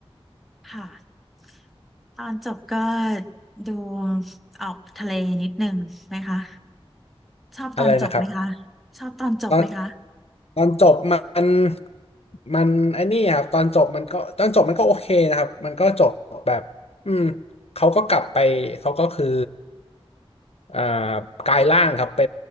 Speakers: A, in the centre; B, on the left.
A: ค่ะตอนจบก็ดูออกทะเลนิดนึงไหมคะชอบตอนจบไหมคะ
B: อะไรนะครับ
A: ชอบตอนจบไหมคะ
B: ตอนตอนจบมันมันไอ้นี่ครับตอนจบมันก็ตอนจบมันก็โอเคนะครับมันก็จบแบบอืมเขาก็กลับไปเขาก็คืออ่ากลายร่างครับไป